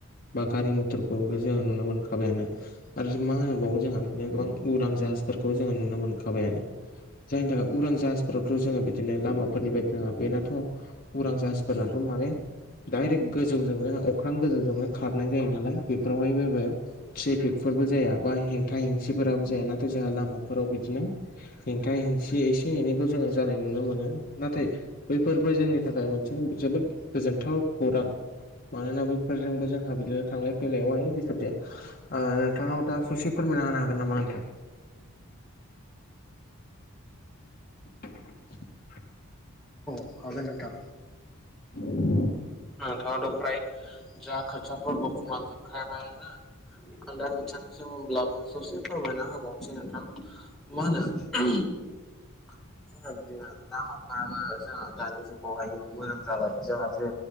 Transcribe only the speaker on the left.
बा गारि मथरखौ जोङो नुनो मोनखाबायानो आरो मा होनोबावो जोंहा बिदिनो गोबां उरां जाहाजफोरखौ जोङो नुनो मोनखाबायानो जायनि थाखाय उरां ज फोरावथ' जोङो बिदिनो लामाफोरनि बायदि नङा बेनाथ' उरां जाहाजफोरनाथ' माने डायरेक्ट गोजौजोंनो अख्रां गोजौजोंनो खारनाय जायो नालाय बेफोरावहाय बबो। ट्रेफिकफोरबो जाया बा हेंथा हेंसिफोराबो जाया नाथाय जोंहा लामाफोराव बिदिनो हेंथा हेंसि एसे एनैखौ जोङो जानाय नुनो मोनो नाथाय बैफोरबो जोंनि थाखाय मोनसे जोबोद गोजोनथाव खौरां। मानोना बेफोरजोंबो जोंहा बिदिनो थांलाय फैलायावहाय दिडिस्टार्ब जाय नोंथाङा दा ससे फोरमायना होनो हागोन नामा नोंथां। <inaudible>
औ <inaudible>
जायनि